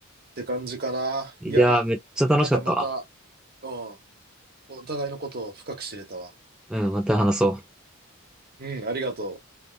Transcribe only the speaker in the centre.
いやー、
めっちゃ楽しかったわ。
うん、また話そう。